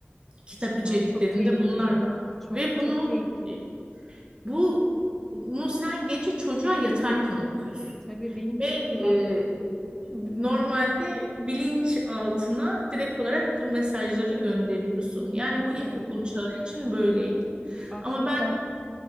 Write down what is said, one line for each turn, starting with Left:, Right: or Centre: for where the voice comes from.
Right: Kitap içeriklerinde
Centre: ya çok tehlikeli.
Right: bunlar var.
Centre: Çok
Right: Ve bunu
Centre: çok tehlikeli.
Right: e, bu bunu sen gece çocuğa yatarken okuyorsun.
Centre: Tabii benim
Right: Ve
Centre: şimdi bak.
Right: e, normalde
Centre: Hı hı.
Right: bilinç altına direkt olarak bu mesajları gönderiyorsun. Yani bu ilkokul
Centre: Evet.
Right: çağı için böyleydi.
Centre: Bak
Right: Ama
Centre: şimdi
Right: ben
Centre: sen